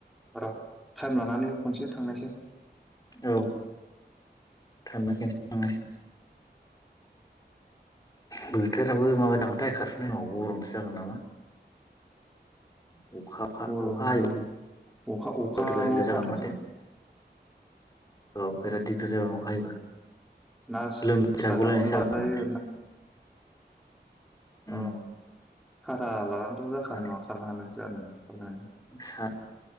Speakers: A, in the centre; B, on the left.
A: र' टाइम लानानै खनसे थांनायसै
B: औ थांनांगोन थांनोसै बोथोराबो माबा दांथाय खारफुनाय समाव गरमसो जागोन नामा । अखा फा
A: गरम
B: अखा हायोबा
A: अखा अखाल'
B: बाथ' बिराद गिदार जागोन
A: हाथोंसै
B: माथो औ बिराद दिगदार जागोन अखा हायोबा
A: ना सा-
B: लोमजा
A: साथाखौनो
B: गुलायनायसो
A: लाजायो
B: जागोन माथो
A: अ
B: उम
A: भारा लानानैथ' जाखानाय
B: माने
A: नङा खारनो हानो जानाय <unintelligible>
B: सा